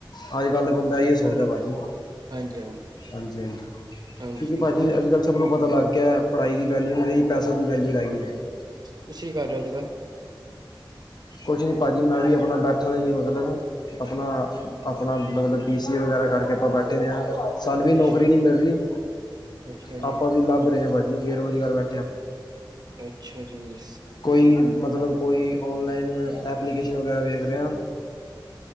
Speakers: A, on the left (about 55°); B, on the right (about 50°).
A: ਹਾਂਜੀ। ਗੱਲ ਬੰਦਾ ਇਹ ਸੋਚਦਾ
B: ਗੱਲ ਹੈ
A: ਭਾਜੀ
B: ਹਾਂਜੀ ਹਾਂਜੀ
A: ਹਾਂਜੀ-ਹਾਂਜੀ
B: ਹਾਂਜੀ
A: ਕਿਉਂਕਿ ਭਾਜੀ
B: ਹੋਰ
A: ਅੱਜ ਕੱਲ ਸਭ ਨੂੰ ਪਤਾ ਲੱਗ ਗਿਆ। ਪੜ੍ਹਾਈ ਦੀ ਵਲਿਊ ਲਈ, ਪੈਸੇ ਦੀ ਵੈਲਿਊ <unintelligible>
B: ਤੁਸੀਂ ਕੀ ਕਰ ਰਹੇ ਹੋ ਅੱਜ-ਕੱਲ?
A: ਕੁਛ ਨੀ ਭਾਜੀ ਮੈਂ ਵੀ ਆਪਣਾ ਬੈਠਾ ਦਾ ਹੀ ਆ ਮਤਲਬ ਆਪਣਾ -ਆਪਣਾ ਮਤਲਬ ਬੀ ਸੀ ਏ ਵਗੈਰਾ ਕਰਕੇ ਆਪਾਂ ਬੈਠੇ ਹੋਏ ਹਾਂ। ਸਾਨੂੰ ਵੀ ਨੌਕਰੀ
B: ਅੱਛਾ
A: ਨਹੀਂ ਮਿਲ ਰਹੀ
B: ਅੱਛਾ ਜੀ
A: ਆਪਾਂ ਵੀ ਲੱਭ ਰਹੇ ਹਾਂ ਭਾਜੀ। ਬੇਰੋਜ਼ਗਾਰ ਬੈ
B: ਅੱਛਾ ਜੀ।
A: ਕੋਈ ਮਤਲਬ ਕੋਈ ਔਨਲਾਈਨ ਐਪਲੀਕੇਸ਼ਨ ਵਗੈਰਾ ਵੇਖ ਰਿਹਾ